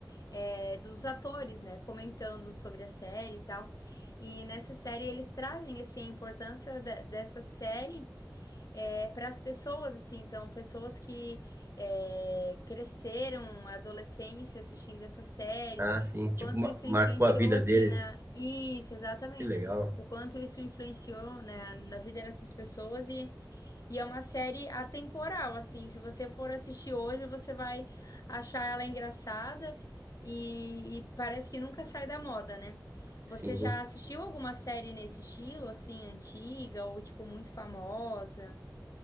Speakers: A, on the left (about 55°); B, on the right (about 35°).
A: é, dos atores, né, comentando sobre a série e tal. E nessa série eles trazem assim a importância da- dessa série é, para as pessoas, assim, então, pessoas que é, cresceram a adolescência assistindo essa série,
B: Ah, sim,
A: o
B: tipo,
A: quanto
B: mar-
A: isso
B: marcou
A: influenciou,
B: a vida
A: assim,
B: deles.
A: na... Isso, exatamente.
B: Que legal.
A: O quanto isso influenciou, né, na vida dessas pessoas e, e é uma série atemporal, assim, se você for assistir hoje, você vai achar ela engraçada e, e parece que nunca sai da moda, né? Você
B: Sim.
A: já assistiu alguma série nesse estilo, assim, antiga ou, tipo, muito famosa?